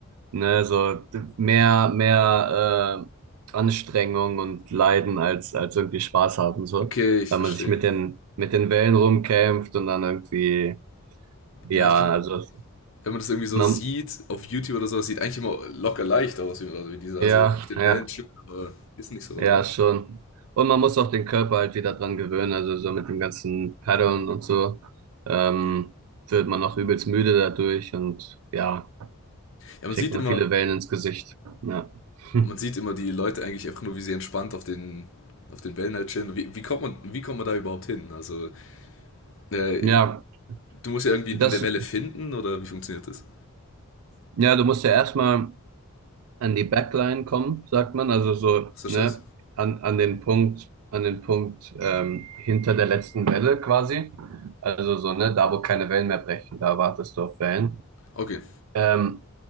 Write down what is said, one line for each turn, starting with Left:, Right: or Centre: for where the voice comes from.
Right: ne, so mehr, mehr äh, Anstrengung und Leiden als, als irgendwie Spaß haben, so,
Left: Okay, ich
Right: weil
Left: verstehe.
Right: man sich mit den, mit den Wellen rumkämpft und dann irgendwie, ja,
Left: Ja, ich könnte
Right: also
Left: wenn man das irgendwie so
Right: man,
Left: sieht, auf YouTube oder so, das sieht eigentlich immer locker leicht aus, wie, also wie die da
Right: ja,
Left: so auf den
Right: ja.
Left: Wellen chippen, aber ist nicht so,
Right: Ja,
Left: oder was?
Right: schon. Und man muss auch den Körper halt wieder dran gewöhnen. Also so mit dem ganzen Paddeln und so ähm,
Left: Okay.
Right: wird man auch übelst müde dadurch und ja,
Left: Ja, man
Right: kriegt
Left: sieht
Right: man
Left: immer,
Right: viele Wellen ins Gesicht. Ja. <laughs>
Left: man sieht immer die Leute eigentlich einfach nur, wie sie entspannt auf den, auf den Wellen halt chillen. Wie, wie kommt man, wie kommt man da überhaupt hin? Also, äh,
Right: Ja,
Left: du musst ja irgendwie
Right: das,
Left: in der Welle finden, oder wie funktioniert das?
Right: ja, du musst ja erstmal an die Backline kommen, sagt man. Also so,
Left: Ist das
Right: ne,
Left: das?
Right: an, an den Punkt, an den Punkt ähm, hinter der letzten Welle quasi. Also so, ne, da wo keine Wellen mehr brechen, da wartest du auf Wellen.
Left: Okay.
Right: Ähm,